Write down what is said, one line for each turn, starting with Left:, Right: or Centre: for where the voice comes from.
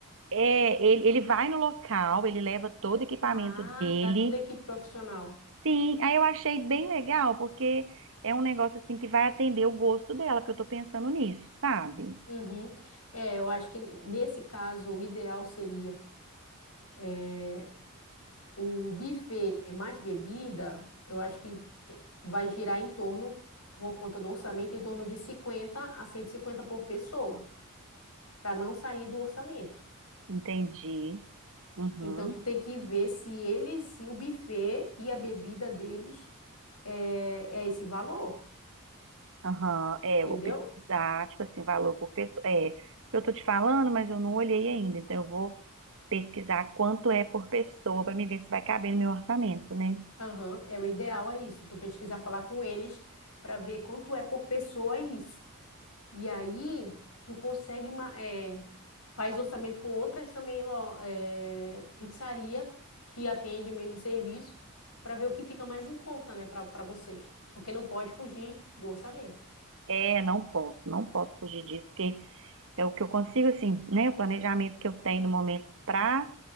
Right: é, ele, ele vai no local, ele leva todo o equipamento
Left: Ah,
Right: dele.
Left: tá, toda a equipe profissional.
Right: Sim, aí eu achei bem legal, porque é um negócio assim que vai atender o gosto dela, porque eu tô pensando nisso, sabe?
Left: Uhum. É, eu acho que nesse caso o ideal seria é, o buffet mais bebida, eu acho que é, vai girar em torno, por conta do orçamento, em torno de 50 a 150 por pessoa. para não sair do orçamento.
Right: Entendi. Uhum.
Left: Então tu tem que ver se ele, se o buffet e a bebida deles é, é esse valor,
Right: Aham, é,
Left: entendeu?
Right: eu vou pesquisar, tipo assim, valor por pessoa. É, eu tô te falando, mas eu não olhei ainda, então eu vou pesquisar quanto é por pessoa para me ver se vai caber no meu orçamento, né?
Left: Aham, é o ideal é isso. Tu pesquisar, falar com eles para ver quanto é por pessoa é isso. E aí tu consegue ma- é, faz orçamento com outras também lo- é, pizzaria que atende o mesmo serviço para ver o que fica mais em conta, né, para para vocês, porque não pode fugir do orçamento.
Right: É, não posso, não posso fugir disso, porque é o que eu consigo, assim, né? O planejamento que eu tenho no momento para